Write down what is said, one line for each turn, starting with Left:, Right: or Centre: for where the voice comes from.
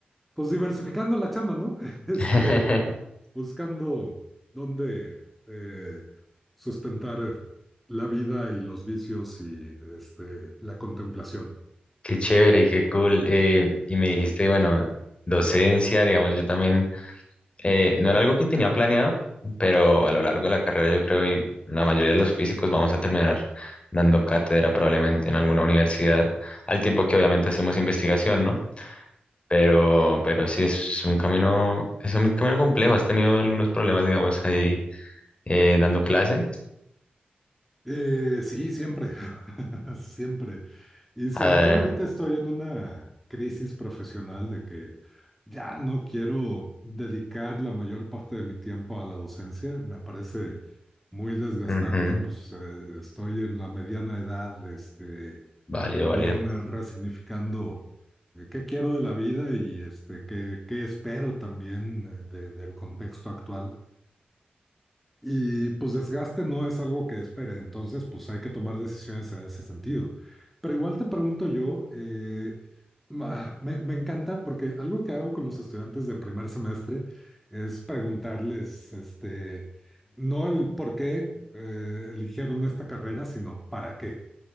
Centre: pues diversificando la chamba, ¿no? <laughs> Este,
Left: <laughs>
Centre: buscando dónde eh, sustentar la vida y los vicios y este, la contemplación.
Left: Qué chévere, y qué cool. Eh, y me dijiste, bueno, docencia, digamos, yo también Eh, no era algo que tenía planeado, pero a lo largo de la carrera yo creo y la mayoría de los físicos vamos a terminar dando cátedra probablemente en alguna universidad, al tiempo que obviamente hacemos investigación, ¿no? Pero, pero sí es, es un camino, es un camino complejo. ¿Has tenido algunos problemas, digamos, ahí eh, dando clase?
Centre: Eh, sí, siempre, <laughs> siempre. Y sobre
Left: Ah,
Centre: todo ahorita estoy en una crisis profesional de que ya no quiero dedicar la mayor parte de mi tiempo a la docencia. Me parece muy desgastante,
Left: ujú,
Centre: pues eh, estoy en la mediana edad, este,
Left: válido,
Centre: también
Left: válido.
Centre: eh, resignificando eh, qué quiero de la vida y este, qué, qué espero también eh, de- del contexto actual. Y pues desgaste no es algo que espere, entonces pues hay que tomar decisiones en ese sentido. Pero igual te pregunto yo, eh, ma- me, me encanta porque algo que hago con los estudiantes de primer semestre es preguntarles, este, no el por qué eh, eligieron esta carrera, sino para qué.